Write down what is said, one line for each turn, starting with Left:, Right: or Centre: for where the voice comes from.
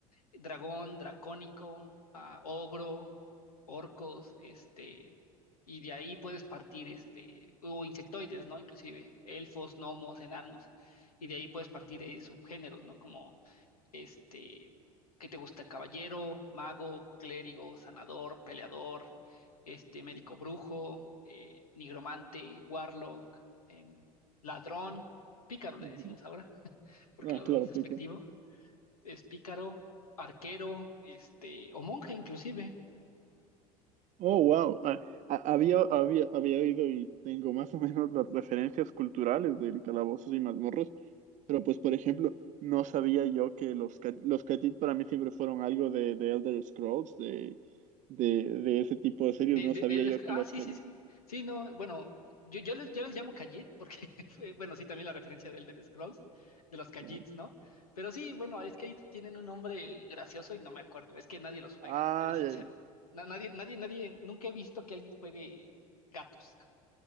Left: dragón, dracónico, ah, ogro, orcos, este, y de ahí puedes partir, este, o insectoides, ¿no? Inclusive, elfos, gnomos, enanos, y de ahí puedes partir eh, subgéneros, ¿no? Como, este, ¿qué te gusta? Caballero, mago, clérigo, sanador, peleador, este, médico brujo, eh, nigromante, warlock, em, ladrón, pícaro le
Right: Ujú.
Left: decimos ahora, <laughs> porque
Right: Ah,
Left: ladrón
Right: claro,
Left: es
Right: aplica.
Left: despectivo es pícaro, arquero, este, o monje inclusive.
Right: Oh, wow. Ah, ha- había, había, había oído y tengo más o menos las referencias culturales del Calabozos y Mazmorros, pero pues, por ejemplo, no sabía yo que los, ca- los Khajiit para mí siempre fueron algo de, de Elder Scrolls, de, de, de ese tipo de series.
Left: De,
Right: No
Left: de,
Right: sabía
Left: de él
Right: yo
Left: es-
Right: que
Left: ah,
Right: los...
Left: sí,
Right: Khajiit-
Left: sí, sí. Sí, no, bueno, yo, yo, les, yo les llamo Khajiit porque, <laughs> fue- bueno, sí, también la referencia de Elder Scrolls, de los Khajiits,
Right: Ya.
Left: ¿no? Pero sí, bueno, es que ahí tienen un nombre gracioso y no me acuerdo. Es que nadie los juega,
Right: Ah,
Left: te seré sincero.
Right: ya, ya.
Left: Na- nadie, nadie, nadie, nunca he visto que alguien juegue gatos.